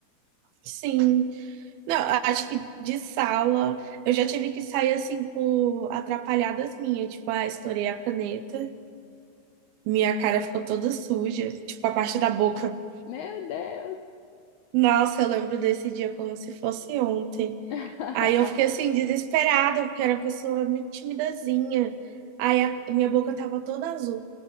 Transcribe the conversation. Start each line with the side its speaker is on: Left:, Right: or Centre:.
Right: Sim. Não, acho que de sala eu já tive que sair assim por atrapalhadas minhas, tipo, ah, estourei a caneta, minha cara ficou toda suja, tipo, a parte da boca.
Left: Meu Deus!
Right: Nossa, eu lembro desse dia como se fosse ontem.
Left: <laughs>
Right: Aí eu fiquei assim desesperada, porque era uma pessoa muito timidazinha. Aí a minha boca tava toda azul.